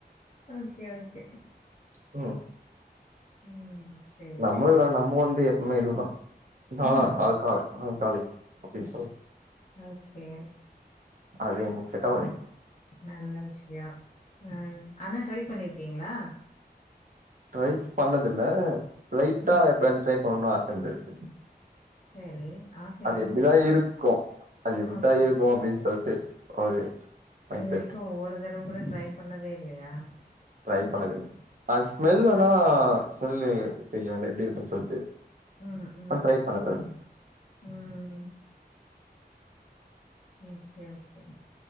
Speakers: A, on the left; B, on the right.
A: ஓகே ஓகே
B: ம்
A: ம் சரி
B: நம்மளுக்குலா
A: சரி
B: நம்ப வந்து எப்புமே இதுதா நான்ஆல்கா
A: ம்
B: ஆல்காலிக் ஆல்காலிக் அப்டின் சொல்
A: ஓகே
B: அது நமக் செட்டாவாது
A: நல்ல விஷயொ ஆ ஆனா ட்ரை பண்ணிர்க்கீங்களா
B: ட்ரை பண்ணதுல்ல லைட்டா
A: ம்
B: எப்பயாது ட்ரை பண்ணுனு ஆச இருந்திருக்கு
A: சரி ஆச
B: அது
A: இருந்திருக்கு
B: எப்பிடிதா இருக்கூ அது எப்பிடிதா
A: ஓகே
B: இருக்கூ அப்டின் சொல்ட்டு ஒரு மைண்ட்
A: இது வரைக்கூ
B: செட்
A: ஒரு தடவ கூட ட்ரை பண்ணதே இல்லயா
B: ட்ரை பண்ணது ஆ ஸ்மெல் வேணா ஸ்மெல்லு தெரியு அது எப்டி இருக்குன் சொல்ட்டு
A: ம் ம் ம்
B: நா ட்ரை பண்ணல
A: ம் ஓகே ஓகே